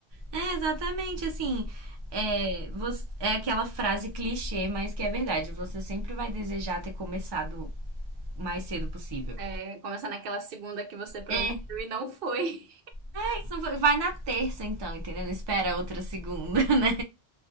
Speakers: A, on the right; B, on the right.
A: É, exatamente, assim. É, você- é aquela frase clichê, mas que é verdade. Você sempre vai desejar ter começado o mais cedo possível.
B: É, começar naquela segunda que você prometeu
A: É.
B: e não foi.
A: é isso, vai vai na terça, então, entendeu? Não espera outra segunda, <laughs> né?